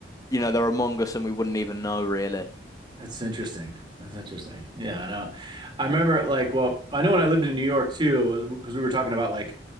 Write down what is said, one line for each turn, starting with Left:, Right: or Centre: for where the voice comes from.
Left: you know, they're among us and we wouldn't even know really.
Right: That's interesting. That's interesting. Yeah, I know. I remember like, well, I know when I lived in New York too, because we were talking about like